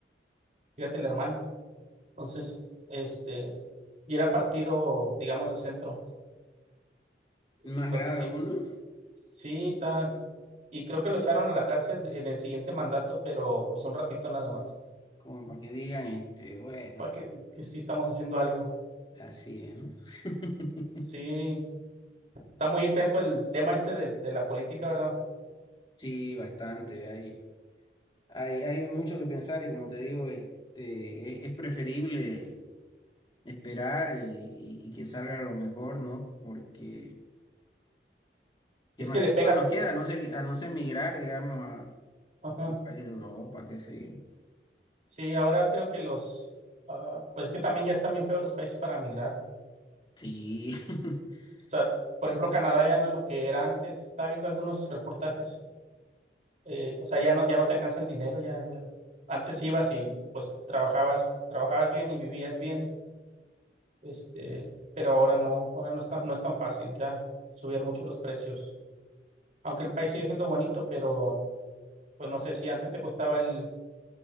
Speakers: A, on the right; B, on the left.
A: Fíjate, el hermano. Entonces, este, y era partido, digamos, de centro. Entonces,
B: más grave
A: sí,
B: aún, ¿no?
A: sí está. Y creo que lo echaron a la cárcel en el siguiente mandato, pero pues un ratito nada más.
B: Como para que digan, este, bueno,
A: Para que, que sí estamos haciendo algo.
B: así es, ¿no? <laughs>
A: Sí, está muy extenso el tema este de, de la política, ¿verdad?
B: Sí, bastante ahí. Hay, hay mucho que pensar y como te digo, este, es, es preferible esperar eh, y, y que salga lo mejor, ¿no? Porque, ¿qué
A: Es
B: más,
A: que le
B: qué
A: pega.
B: más nos queda? A no ser, a no ser migrar, digamos, a
A: Ajá.
B: un país de Europa, qué sé yo.
A: Sí, ahora creo que los, ah, pues es que también ya están bien feos los países para migrar. O
B: Sí, <laughs>
A: sea, por ejemplo, Canadá ya no es lo que era antes. Estaba viendo algunos reportajes. eh, o sea, ya no, ya no te alcanza el dinero. Ya, ya- antes ibas y pues trabajabas, trabajabas bien y vivías bien. Este, pero ahora no, ahora no está, no es tan fácil ya subir mucho los precios. Aunque el país sigue siendo bonito, pero pues no sé si antes te costaba el,